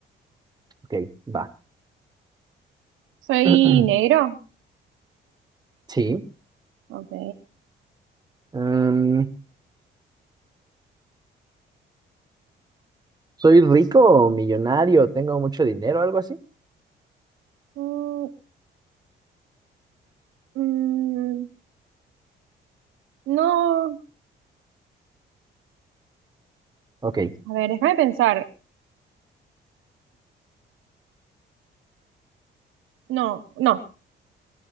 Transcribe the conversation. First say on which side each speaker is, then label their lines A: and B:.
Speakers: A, on the right; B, on the right.
A: Ok, va.
B: soy
A: <clears throat>
B: negro,
A: Sí.
B: ok.
A: Mm, soy rico o millonario, tengo mucho dinero, o algo así.
B: Mm, mm, no,
A: Ok,
B: a ver, déjame pensar. No, no,